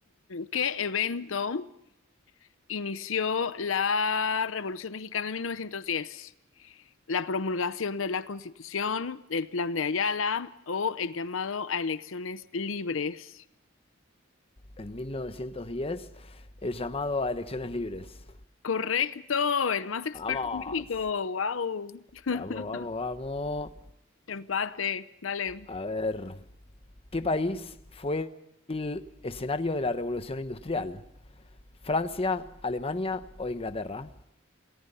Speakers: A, on the left; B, on the left.
A: ¿Qué evento inició la Revolución Mexicana en 1910? la promulgación de la Constitución, el plan de Ayala o el llamado a elecciones libres.
B: en 1910 el llamado a elecciones libres.
A: Correcto, el más experto
B: Vamos,
A: en México. Wow. <laughs>
B: vamos, vamos, vamos.
A: Empate. Dale.
B: A ver, ¿qué país fue el escenario de la revolución industrial? ¿Francia, Alemania o Inglaterra?